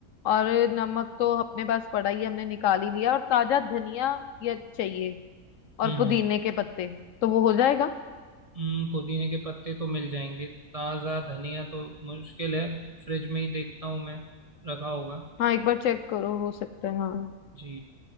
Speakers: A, on the left; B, on the right.
A: और नमक तो अपने पास पड़ा ही है, हमने निकाल ही लिया और ताजा धनिया ये चाहिए और
B: हम्म
A: पुदीने
B: हम्म
A: के पत्ते तो वो हो जाएगा
B: हम्म, पुदीने के पत्ते तो मिल जाएंगे ताज़ा धनिया तो मुश्किल है फ्रिज में ही देखता हूँ मैं रखा होगा
A: हाँ एक बार चेक करो हो सकता है हाँ
B: जी